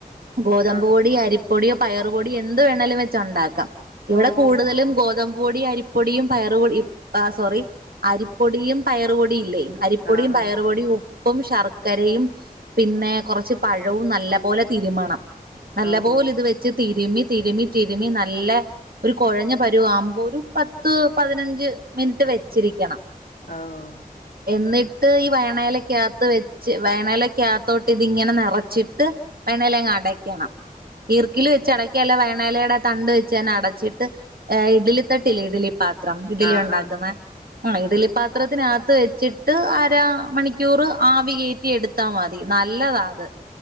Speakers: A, on the right; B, on the left.
A: ഗോതമ്പ്
B: ആ
A: പൊടി അരിപ്പ പൊടിയോ പയറ് പൊടിയോ എന്ത് വേണേലും വച്ച് ഉണ്ടാക്കാം
B: ഓ
A: ഇവിടെ കൂടുതലും ഗോതമ്പ പൊടി അരിപ്പൊടിയും പയറു പൊടി ആ സോറി അരിപ്പൊടിയും പയറു പൊടിം ഇല്ലേ അരിപ്പൊടിയും
B: ആ ആ
A: പയറു പൊടിയും ഉ പ്പും ശർക്കരയും പിന്നെ കൊറച്ച് പഴവും നല്ല പോലെ തിരുമ്മണം നല്ലപോലിത്
B: ഓ ഓ
A: വെച്ച് തീ തിരുമ്മി തിരുമ്മി തിരുമ്മി നല്ല ഒരു കൊഴഞ്ഞ പരുവ ആവുമ്പോ ഒരു പത്ത് പതിനഞ്ച് മിനിറ്റ് വെച്ചിരിക്കണം
B: അ ഓഹ്
A: എന്നിട്ട് ഈ വയണേലക്കകത്ത് വെച്ച് വയണേലക്കകത്തോട്ട് ഇത് ഇങ്ങനെ നെറച്ചിട്ട് വയണേലയങ്ങ് അടക്കണം ഇർക്കില് വെച്ച് അടക്കയല്ല വയണേലയുടെ തണ്ട് വെച്ച്തന്നെ അടച് ട്ട് ഏ ഇഡ്ഢലി തട്ടില്ലേ ഇഡ്ഢലി പാത്രം ഇഡ്ഢലി
B: ആ
A: ഉണ്ടാക്കുന്നെ
B: ആ
A: ആ ഇഡ്ഢലി പാ പാത്രത്തിനകത്ത് വെച്ചിട്ട് അര മണിക്കൂറ് ആവി കേറ്റി എടുത്താ മതി നല്ലതാ അത്